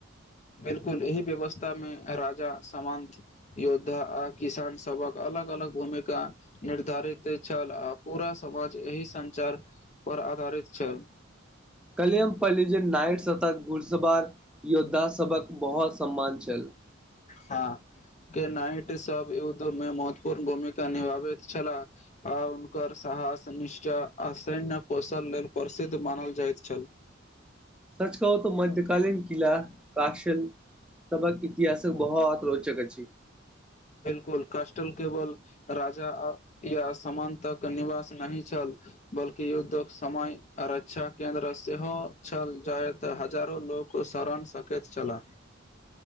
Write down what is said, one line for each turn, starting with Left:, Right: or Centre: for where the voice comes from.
Left: बिलकुल एहि व्यवस्था मे राजा समांत योद्धा आ किसान सबहक अलग अलग भूमिका निर्धारित अछि आ पूरा समाज एहि संचार पर आधारित छल।
Centre: कलियम पलज नाइट सतत घुड़सवार योद्धा सभक बहुत सम्मान छल।
Left: हँ के नाइट सब युद्ध मे महत्वपूर्ण भूमिका निभाबैत छलाह। आ हुनकर साहस निष्ठय आ सैन्य कौशल लेल प्रसिद्ध मानल जाइत छल।
Centre: सच कहु त मध्य कालीन कीला काशिल सवहक इतिहास बहुत रोचक अछि।
Left: बिलकुल कस्टल केवल राजा या समानतक निवास नहि छल बल्कि युद्धक समय आ रक्षा केन्द्र सेहो छल जायत हजारो लोक कुशारण सकेैत छला।